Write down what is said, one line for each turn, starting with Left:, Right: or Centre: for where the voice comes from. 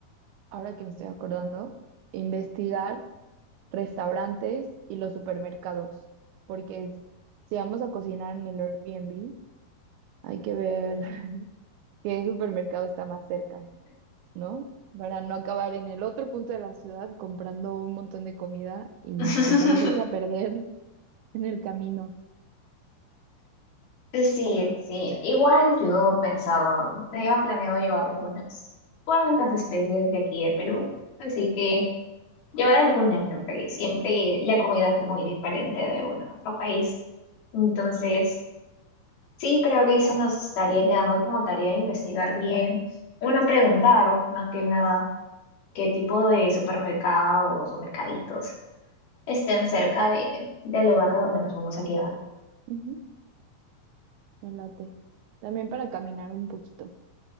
Right: ahora que me estoy acordando, investigar. restaurantes y los supermercados, porque si vamos a cocinar en el Airbnb, hay que ver <laughs> qué supermercado está más cerca, ¿no? Para no acabar en el otro punto de la ciudad comprando un montón de comida y
Left: <laughs>
Right: que se nos echa a perder <laughs> en el camino.
Left: Sí, sí, igual yo pensaba, tenía planeado llevar algunas cuantas especies de aquí de Perú, así que... Llevar algunas, ¿no? Porque siempre la comida es muy diferente de uno a otro país. Entonces, sí, creo que eso nos estaría quedando como tarea de investigar bien. Bueno, preguntar más que nada qué tipo de supermercados o mercaditos estén cerca de, del lugar de donde nos vamos a quedar.
Right: Ujú, me late. También para caminar un poquito